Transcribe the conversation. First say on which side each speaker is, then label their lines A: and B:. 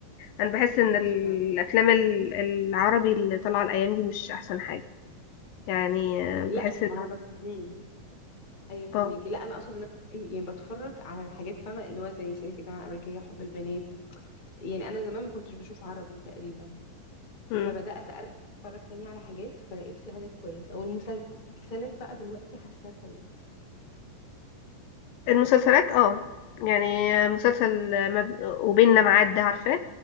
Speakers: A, on the left; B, on the left.
A: انا بحس ان الافلام
B: اسمع
A: ال- العربي اللي طالعه الايام دي مش احسن حاجه يعني
B: مم،
A: آه،
B: لا
A: بحس ان
B: ما أنا بت... مم. أيوة فهميكي
A: اه
B: لا أنا أقصد إن أنا بقى- يعني بتفرج على الحاجات فاهمة اللي هو زي صعيدي في الجامعة الأمريكية حب البنات يعني أنا زمان ما كنتش بشوف عربي تقريبا فبدأت
A: امم
B: أرجع أتفرج تاني على حاجات فلقيت في حاجات كويسة أو المسلسلات بقى دلوقتي حاساها كويسة
A: المسلسلات اه يعني آه، مسلسل آه، مب... وبيننا معاد ده عارفاه